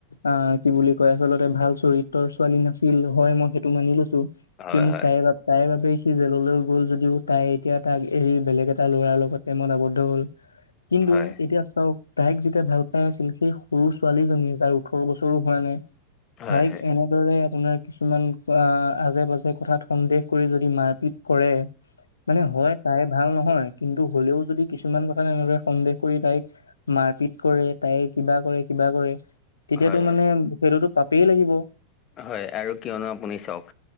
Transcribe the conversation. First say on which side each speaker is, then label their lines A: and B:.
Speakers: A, on the left; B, on the left.
A: অ কি বুলি কয় আচলতে ভাল চৰিত্ৰৰ ছোৱালী নাছিল, হয় মই সেইটো মানি লৈছো।
B: হয়
A: কিন্ত
B: হয়
A: তাইৰ তাইৰ বাবে সি জেললৈ গ'ল যদিও তাই এতিয়া তাক এৰি বেলেগ এটা ল'ৰাৰ লগত প্ৰেমত আৱদ্ধ হ'ল। কিন্তু
B: হয়।
A: এতিয়া তাইক যেতিয়া ভাল পাই আছিল সেই সৰু ছোৱালীজনী যাৰ ওঠৰ বছৰো হোৱা নাই।
B: হয়
A: তাইক
B: হয় হয়
A: এনেদৰে আপোনাৰ কিছুমান কৰা আজে-বাজে কথাত সন্দেহ কৰি যদি মাৰপিট কৰে, মানে হয় তাই ভাল নহয়, কিন্তু হ'লেও যদি কিছুমান কথাত এনেদৰে সন্দেহ কৰি তাইক মাৰপিট কৰে তাই কিবা কৰে কিবা কৰে, তেতিয়াতো
B: হয়
A: মানে সেইটোতো পাপেই লাগিব।
B: হয় আৰু কিয়নো আপুনি চাওক।